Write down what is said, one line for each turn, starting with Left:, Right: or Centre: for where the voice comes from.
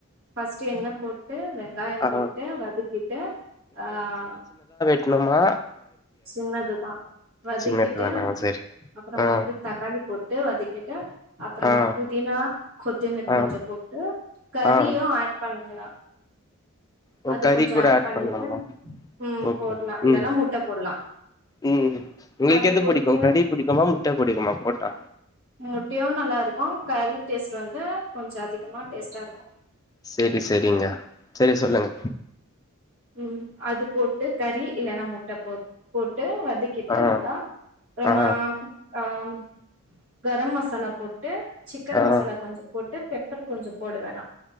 Right: ஃபர்ட்ஸ்டு என்ன போட் ட்டு வெங்காயம்
Left: ஆ
Right: போட்டு வதக்கிட்டு ஆஹ்
Left: ட்டுனுமா
Right: சின்னதுதா வதக்கிட்டு
Left: சின்னதுதானா சரி
Right: அப்பறமா
Left: ஆ
Right: வந்து தக்காளி போட்டு வதக்கிட்டு அப்றமா
Left: ஆ
Right: புதினா கொத்தமற்
Left: ஆ
Right: கொஞ்ச போட்டு கறியும்
Left: ஆ
Right: ஆட் பண் இதெல்லா
Left: ஓ
Right: அது
Left: கறி
Right: கொஞ்சோ
Left: கூட
Right: ஆட் பண்ணிட்டு
Left: பண்ணலாமா
Right: உம்
Left: ஓகே
Right: போடலா இல்லன்னா
Left: ம்
Right: முட்ட போடலா
Left: ம் உங்களுக்கு
Right: அது
Left: எது
Right: போட்டு
Left: புடிக்கு கறி புடிக்குமா முட்ட புடிக்குமா போட்டா
Right: முட்டையு நல்லா இருக்கு கறி டேஸ்ட் வந்து கொஞ்ச அதிகமா டேஸ்ட்டா இருக்கு
Left: செரி செரிங்க சரி சொல்லுங்க
Right: உம் அது போட்டு கறி இல்லனா முட்ட போ போட் ட்டு வதக்கிட்டு
Left: ஆ
Right: நல்லா அப்பறமா
Left: ஆ
Right: ஆஹ்ம் கரம் மசாலா போட்டு சிக்கன்
Left: ஆ
Right: மசாலா கொஞ்ச போட்டு பெப்பர் கொஞ்ச போடு வேணா